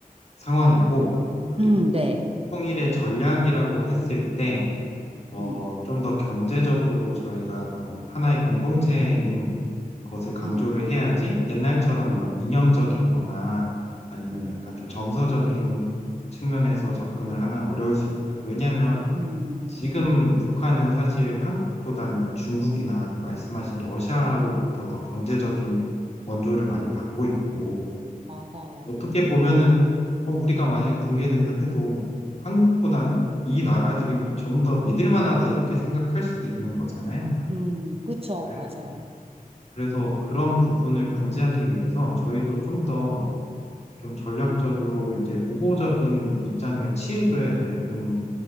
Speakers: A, on the left; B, on the right.
A: 상황이고 그리고
B: 음, 네,
A: 통일의 전략이라고 했을 때 어,
B: 음,
A: 좀 더 경제적으로 저희가 더 하나의 공동체인 것을 강조를
B: 음,
A: 해야지 옛날처럼
B: 음,
A: 이런 이념적인 거나 아니면
B: 음,
A: 약간 좀 정서적인 측면에서 접근을 하면 어려울 수 있다. 왜냐하면
B: 음, 음,
A: 지금 북한은 사실 한국보다는 중국이나 말씀하신 러시아로부터 더 경제적인 원조를 많이 받고 있고,
B: 맞아요.
A: 어떻게 보면은, 어, 우리가 만약에 붕괴된다 해도 한국보다는 이 나라들이 좀 더 믿을 만하다 이렇게 생각할 수도 있는 거잖아요.
B: 음, 그쵸,
A: 그래-
B: 맞아요.
A: 그래서 그런 부분을 방지하기 위해서 저희도 좀 더 좀 전략적으로 이제 우호적인 입장을 취해줘야 되는